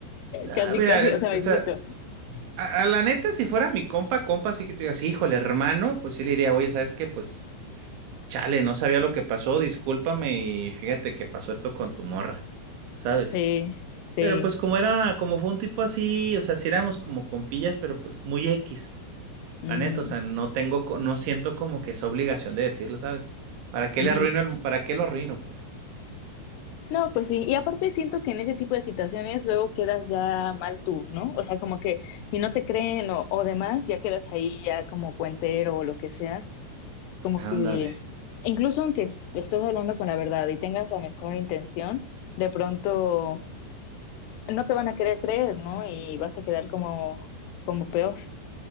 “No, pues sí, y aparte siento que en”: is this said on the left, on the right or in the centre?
Left